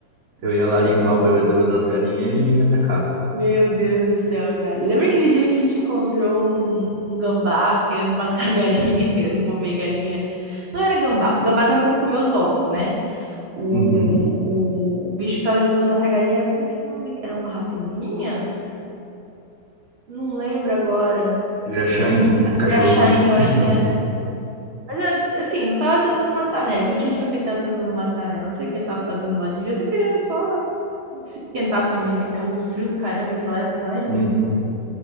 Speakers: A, on the right; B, on the right.
A: eu ia lá limpar o bebedouro das galinhas, ele me atacava.
B: Meu Deus do céu, cara. Lembra aquele dia que a gente encontrou um, um gambá querendo matar a galinha, <laughs> querendo comer galinha? Não era gambá. O gambá tava querendo comer os ovos, né? O,
A: Uhum.
B: o, o bicho que tava tentando matar a galinha era... Como é que é o nome daquele? Era uma raposinha? Não lembro agora.
A: Graxá em <laughs>
B: O
A: cachorro
B: graxaim,
A: do mato.
B: eu acho
A: <laughs>
B: que
A: Não
B: era.
A: sei.
B: Mas, é, assim, não tava tentando matar, né? A gente achou que ele tava tentando matar, né? Não sei o que ele tava fazendo lá. Devia estar querendo só Se esquentar também, né? Que tava um frio do caramba aquela época, lembra?
A: Uhum.